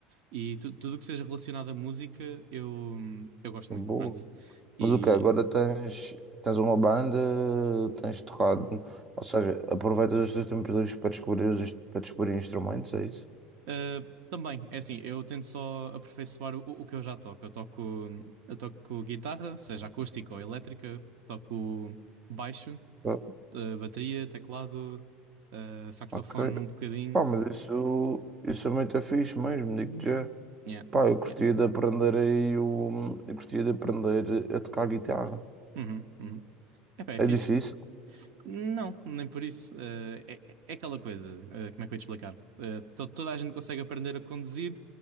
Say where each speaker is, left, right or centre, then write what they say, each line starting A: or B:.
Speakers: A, on the right; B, on the right.
A: E tu- tudo o que seja relacionado à música, eu, eu gosto
B: Que
A: muito,
B: Boa.
A: pronto. E
B: Mas o que agora tens, tens uma banda, tens tocado, ou seja, aproveitas os teus tempos livres para descobrir, os, ins- para descobrir instrumentos, é isso?
A: ah, também, é assim, eu tento só aperfeiçoar o, o que eu já toco. Eu toco, eu toco guitarra, seja acústica ou elétrica, toco baixo,
B: Ah,
A: ah, bateria, teclado, ah, saxofone
B: Ok,
A: um bocadinho.
B: pá, mas isso, isso é muito fixe mesmo, digo já.
A: Yeah,
B: Pá, eu gostaria
A: yeah.
B: de aprender aí o... Eu gostaria de aprender a tocar guitarra.
A: Uhum, uhum. Epá, É,
B: É
A: fixe.
B: difícil?
A: Não, nem por isso. Eh, é, é é aquela coisa, eh, como é que eu ia te explicar? Eh, to- toda a gente consegue aprender a conduzir,